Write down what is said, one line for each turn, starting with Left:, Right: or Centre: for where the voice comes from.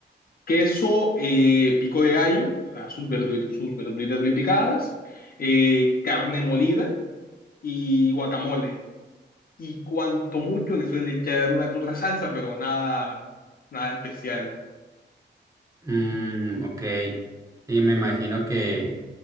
Left: queso, eh, pico de gallo, o sea, sus verdu- sus verduritas bien picadas, eh, carne molida y guacamole. Y cuanto mucho le suelen echar una que otra salsa, pero nada, nada especial.
Right: Mm, ok, sí, me imagino que,